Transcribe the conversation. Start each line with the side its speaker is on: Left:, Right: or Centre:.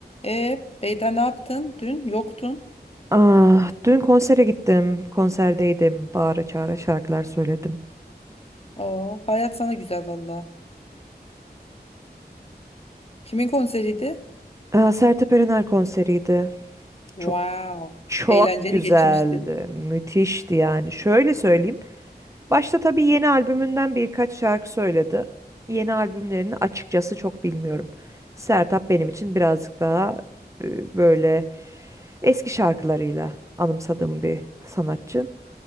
Left: E Beyda ne yaptın? Dün yoktun.
Right: Ah, dün konsere gittim. Konserdeydim. Bağıra çağıra şarkılar söyledim.
Left: Oo, hayat sana güzel valla. Kimin konseriydi?
Right: Ah, Sertab Erener konseriydi.
Left: Wow.
Right: Çok çok
Left: Eğlenceli
Right: güzeldi.
Left: geçmişti.
Right: Müthişti yani. Şöyle söyleyeyim. Başta tabii yeni albümünden birkaç şarkı söyledi. Yeni albümlerini açıkçası çok bilmiyorum. Sertab benim için birazcık daha e, böyle eski şarkılarıyla anımsadığım bir sanatçı.